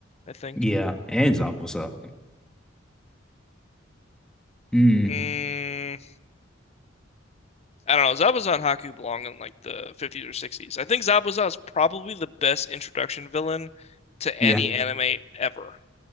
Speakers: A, on the left; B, in the centre.
A: I think.
B: Yeah, Anzop was up. Hmm.
A: Mm, I don't know. Zabuza and Haku belong in like the 50s or 60s. I think Zabuza is probably the best introduction villain to
B: Yeah.
A: any anime ever.